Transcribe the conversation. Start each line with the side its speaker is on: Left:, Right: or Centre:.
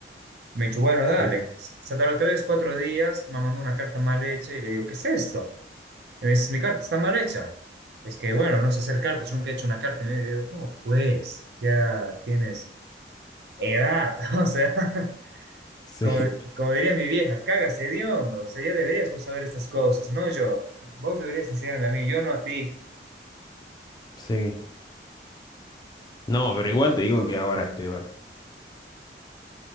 Right: Me dicho, bueno, dale,
Left: Sí,
Right: se tardó tres, cuatro días, me mandó una carta mal hecha y le digo, ¿qué es esto? Y me dice, mi carta está mal hecha. Es que, bueno, no sé hacer cartas, nunca he hecho una carta. Y me digo, ¿cómo pues? Ya tienes edad, <laughs> o sea,
Left: Sí,
Right: como, como diría mi vieja, cagas hediondo, o sea, ya deberías vos saber estas cosas, no yo. Vos deberías enseñarme a mí, yo no a ti.
Left: <laughs> sí. No, pero igual te digo que ahora es peor.